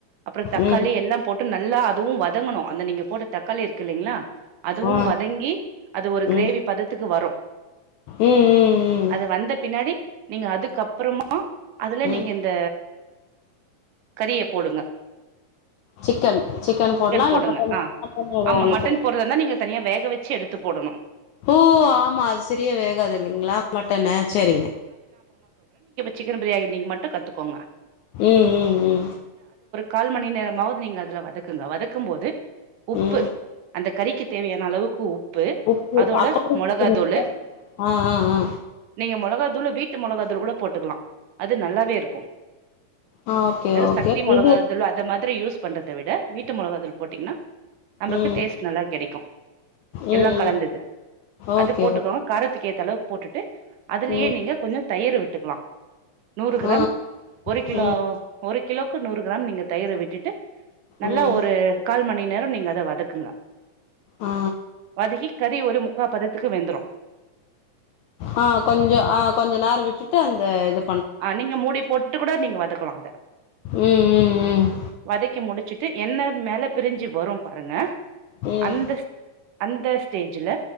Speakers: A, on the right (about 75°); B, on the left (about 80°).
A: அப்ற தக்காளி
B: ம்
A: எல்லா போட் டு நல்லா அதுவும் வதங்கணு அந்த நீங்க போட்ட தக்காளி இருக்கு இல்லலைங்களா அதுவும்
B: ஆ
A: வதங்கி அது ஒரு கிரேவி
B: ம்
A: பதத்துக்கு வரு
B: ம் ம் ம்
A: அது வந்த பின்னாடி நீங்க அதுக்கப்பறம ம அதுல
B: ம்
A: நீங்க இந்த கறிய போடுங்க
B: சிக்கன் சிக்கன் போடலா இல்ல
A: போடுங்க
B: மட்டன்
A: ஆ
B: மட்ட
A: ஆமா
B: ஒண்ணு
A: மட்டன்
B: போ
A: போடுறதா இருந்தா நீங்க தனியா வேக வச்சு எடுத்து போடணு
B: ஓ ஆமா திரிய வேகாது இல்லங்ளா மட்டனு சேரிங்க
A: சிக்கனு பிரியாணி இன்னிக் மட்டு கத்துக்கோங்க
B: ம் ம் ம்
A: கால் மணி நேரமாது நீங்க அதுல வதக்குங்க வதக்கும் போது உப்பு
B: ம்
A: அந்த கறிக்கு தேவையான அளவுக்கு உப்பு
B: உப்பு
A: அதோட
B: அப்பவே
A: மொளகா
B: சேத்துருவீங்களா
A: தூலு
B: ஆ ஆ ஆ
A: நீங்க மொளகா தூள பி வீட்டு மொளகா தூள் கூட போட்டுக்கலா அது நல்லாவே இருக்கு
B: ஆ ஓகே
A: வெறு
B: ஓகே
A: சக்தி மொளகாதூள்
B: இது
A: அது மாதிரி யூஸ் பண்றத விட வீட்டு மொளகாதல் போட்டீங்கன்னா நம்மக்கு
B: ம்
A: டேஸ்ட்
B: ம்
A: நல்லா கிடைக்கும்
B: ம்
A: எல்லாம் கலந்தது
B: ஓகே
A: அது போட்டுக்கொ
B: ஓ
A: த்துக்கேத்த அளவு போட்டுட்டு அதுலயே
B: ம்
A: நீங்க கொஞ்ச தயிறு விட்டுக்கலா நூறு கிராம்
B: ஆ
A: ஒரு கிலோ
B: ம்
A: ஒரு கிலோக்கு நூறு கிராம் நீங்க தயிறை விட்டு டு நல்லா
B: ம்
A: ஒரு கால் மணி நேர நீங்க அத வதக்குங்க
B: ஆ
A: வதக்கி கறி ஒரு முக்கா பதத் த்துக்கு வெந்துரு
B: ஆ கொஞ்ச ஆ கொஞ்ச நேர விட்டுட்டு அந்த இத
A: ஆ நீங்க மூடி போட்டுட்டு கூட நீங்க வதக்கலா அத
B: ம் ம் ம்
A: வதக்கி முடிச்சுட்டு என்ன மேல பிரிஞ்சி வரும் பாருங்க
B: ம்
A: அந்த அந்த ஸ்டேஜ்ல